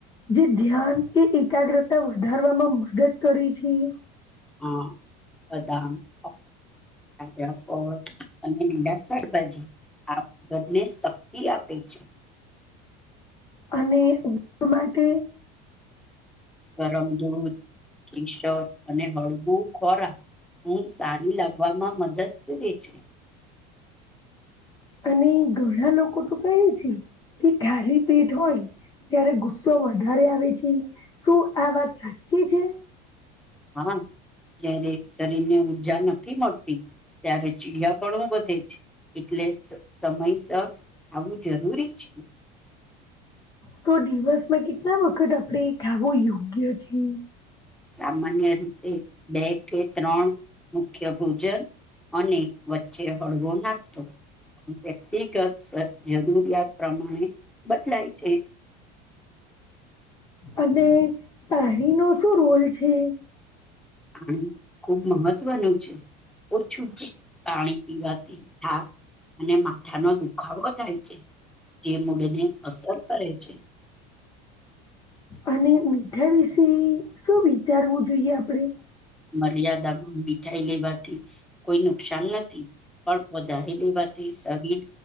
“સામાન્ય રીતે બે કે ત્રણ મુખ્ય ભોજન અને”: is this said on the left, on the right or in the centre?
Centre